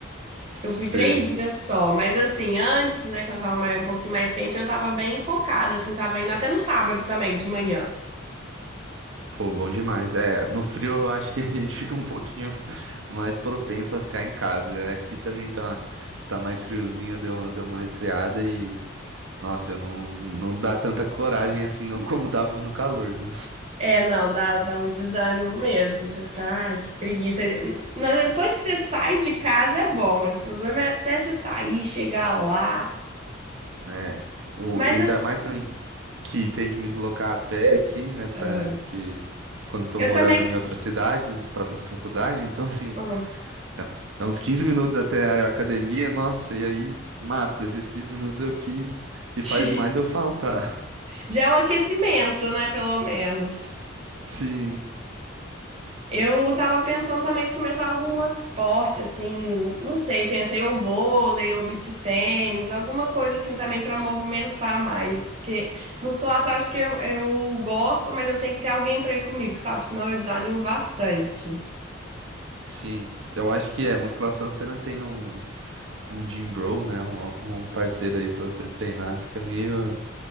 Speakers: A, on the right (about 35°); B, on the right (about 80°).
A: Acho que eu fui
B: Você.
A: três dias só, mas assim, antes, né, quando tava mais, um pouquinho mais quente, eu tava bem focada, assim, tava indo até no sábado também, de manhã.
B: Pô, bom demais. É, no frio eu acho que a <laughs> gente fica um pouquinho mais propenso a ficar em casa. É, Aqui também tá, tá mais friozinho, deu, uma- deu uma esfriada e, nossa, eu não, não dá tanta coragem assim não <laughs> como dava no calor, viu?
A: É, não, dá, dá um desânimo mesmo. Você fica, ai, que preguiça. Não, depois que você sai de casa é bom, mas o problema é até você sair, chegar lá.
B: Né? O,
A: Mas
B: e ainda
A: assim,
B: mais pra mim que tem que me deslocar a pé aqui, né, pra
A: ah,
B: que quando eu tô
A: eu
B: morando
A: também.
B: em outra cidade pra fazer faculdade, então assim,
A: ah,
B: é, é uns 15 minutos até a academia, nossa, e aí mata esses 15 minutos eu que que faz
A: <laughs>
B: mais eu faltar.
A: Já é o aquecimento, né, pelo menos.
B: Sim,
A: Eu tava pensando também de começar algum outro esporte, assim, não sei, pensei ou vôlei, ou beach tênis, alguma coisa assim também pra movimentar mais, que musculação acho que eu, eu gosto, mas eu tenho que ter alguém pra ir comigo, sabe? Senão eu desanimo bastante.
B: sim. Eu acho que é, musculação você não tem um, um gym bro, né? Um, um parceiro aí pra você treinar, fica meio,